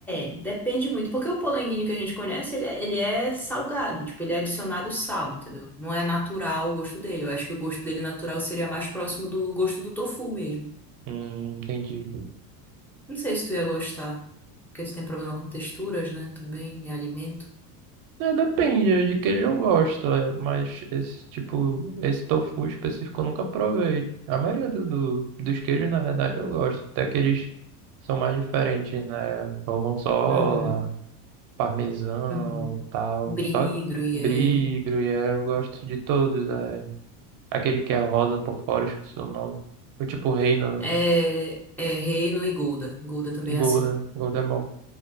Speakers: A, in the centre; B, on the right (about 45°).
A: é, depende muito, porque o polenguinho que a gente conhece, ele é, ele é salgado, tipo, ele é adicionado sal, entendeu? Não é natural o gosto dele. Eu acho que o gosto dele natural seria mais próximo do gosto do tofu mesmo.
B: Hum, entendi.
A: Não sei se tu ia gostar, porque tu tem problema com texturas, né, também, em alimento.
B: É, depende de queijo eu gosto, é, mas esse tipo, esse tofu específico eu nunca provei. A maioria do, do- dos queijos, na verdade, eu gosto. Até que eles são mais diferentes, né? Gorgonzola,
A: Uhum,
B: parmesão
A: uhum.
B: e tal.
A: Brie,
B: Só
A: gruyere.
B: brie, gruyère, eu gosto de todos. É. Aquele que é rosa por fora, eu esqueci o nome. O tipo reino,
A: É, é reino e gouda. Gouda também
B: golden,
A: é assim.
B: golden bom.